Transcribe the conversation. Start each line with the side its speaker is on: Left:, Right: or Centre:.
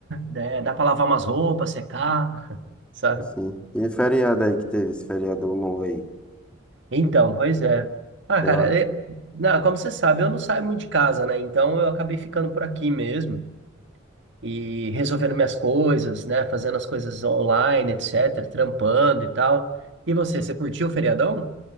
Right: né? Dá pra lavar umas roupas, secar, <laughs> sabe?
Centre: Sim. E feriado aí que teve, esse feriado longo aí?
Right: Então, pois é. Ah,
Centre: Deu
Right: cara,
Centre: uma
Right: é- não, como você sabe, eu não saio muito de casa, né? Então eu acabei ficando por aqui mesmo e resolvendo minhas coisas, né? Fazendo as coisas online, etc., trampando e tal. E você, você curtiu o feriadão?